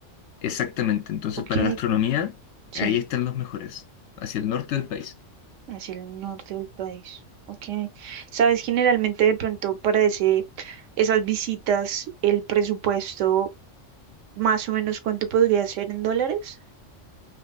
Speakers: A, on the left; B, on the right.
A: Exactamente, entonces
B: Ok.
A: para la astronomía,
B: Sí,
A: ahí están los mejores, hacia el norte del país.
B: hacia el norte del país. Ok. Sabes, generalmente de pronto para ese, esas visitas, el presupuesto, más o menos cuánto podría ser en dólares?